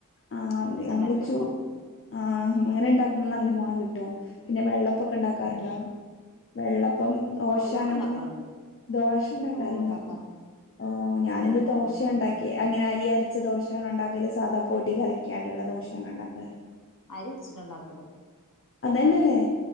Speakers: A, on the left; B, on the left.
A: ആഹ്
B: ഒരു ദിവസം
A: നമ്മള്
B: ഉണ്ടാക്കി വെക്കണം
A: ചു ആഹ് അങ്ങനെണ്ടാക്കുന്ന നല്ല പോണം കിട്ടും പിന്നെ വെള്ളപ്പൊക്കെണ്ടാക്കാറുണ്ടോ.
B: ഉം
A: വെള്ളപ്പം ഓശ
B: ഓ വെള്ളപ്പം
A: അങ്ങനത്തൊക്കെ
B: ഉണ്ടാക്കാറുണ്ട്
A: ദോശണ്ടാക്കാറുണ്ടൊ.
B: ഓ ഉണ്ടാക്കാറുണ്ട്
A: ഓഹ് ഞാന്
B: ഓ
A: ന്ന്
B: ഉണ്ടാക്കാറുണ്ട്
A: ദോശയ ഉണ്ടാ ക്കി അങ്ങനെ അരി അരച്ച ദോശയാണോ ഉണ്ടാക്കല് സാധാ പൊടി കലക്ക്യാണ്ട്ള്ള ദോശയാണോ ഉണ്ടാക്കാറ്.
B: അരി അരച്ചിട്ടാ ഇണ്ടാക്കല്.
A: അതന്നെല്ലേ